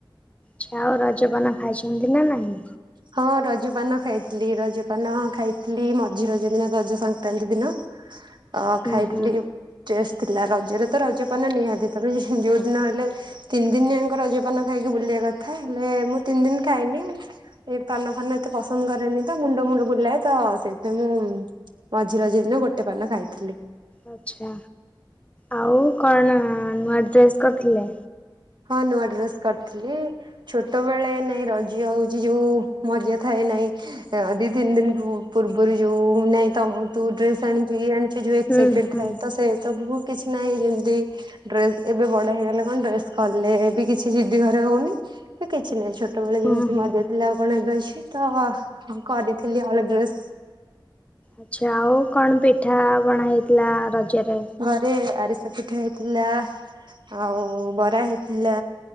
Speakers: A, on the left (about 15°); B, on the right (about 65°).
A: ଛ ଆଉ ରଜ ପାନ ଖାଇ ଛନ୍ତି ନା ନାହିଁ?
B: ହଁ ରଜ ପାନ ଖାଇ ଥିଲି ରଜ ପାନ ଖାଇ ଥିଲି ମଝି ରଜ ଦିନ ରଜ ସଂକ୍ରାନ୍ତି ଦିନ। ଅ
A: ହୁଁ
B: ଖାଇଥିଲି
A: ହୁଁ
B: ଚେସଟ୍ ଥିଲା ରଜରେ ତ ରଜପାନ ନିହାତି ତମେ ଯୋଉ ଦିନ ହେଲେ ତିନି ଦିନ ଯାଙ୍କ ରଜପାନ ଖାଇକି ବୁଲିବା କଥା। ହେଲେ ମୁଁ ତିନି ଦିନ ଖାଇନି। ଏଇ ପାନ ଫାନ ଏତେ ପସନ୍ଦ କରେନି ତ ମୁଣ୍ଡ ମୁଣ୍ଡ ବୁଲାଏ ତ ସେଇଥିାଇଁ ମୁଁ ମଝିରଜ ଦିନ ଗୋଟେ ପାନ ଖାଇଥିଲି।
A: ଆଛା ଆଉ କଣ ନୂଆ ଡ୍ରେସ୍ କରିଥିଲେ?
B: ହଁ ନୂଆ ଡ୍ରେସ୍ କରିଥିଲି। ଛୋଟବେେଳେ ନାଇଁ ରଜ ହଉଛି ଯୋଉ ମଜା ଥାଏ ନାଇଁ ଦି ତିନି ଦିନୁ ପୂର୍ବରୁ ଯୋଉ ନାଇଁ ତମ ତୁ ଡ୍ରେସ ଆଣିଛୁ ଇଏ ଆଣିଛୁ ଯୋଉ ଏକ୍ସାଇଟେଡ
A: ହୁଁ ହୁଁ
B: ଥାଏ ତ ସେ ସବୁକୁ କିଛି ନାହିଁ ଯେମିତି ଡ୍ରେସ ଏବେ ବଡ ହେଇଗଲେ କଣ ଡ୍ରେସ କଲେ ବି କିଛି ଜିଦି ଘରେ ହଉନି କି କିଛି ନାହିଁ ଛୋଟ ବେଳେ
A: ହୁଁ
B: ଯେମ୍ତି
A: ହୁଁ।
B: ମଜା ଥିଲା ଆଉ କଣ ଏବେ ଅଛି ତ କରିଥିଲି ହଳେ ଡ୍ରେସ୍।
A: ଆଚ୍ଛା ଆଉ କଣ ପିଠା ପଣା ହେଇଥିଲା ରଜରେ?
B: ଘରେ ଆରିସା ପିଠା ହେଇଥିଲା। ଆଉ ବରା ହେଇଥିଲା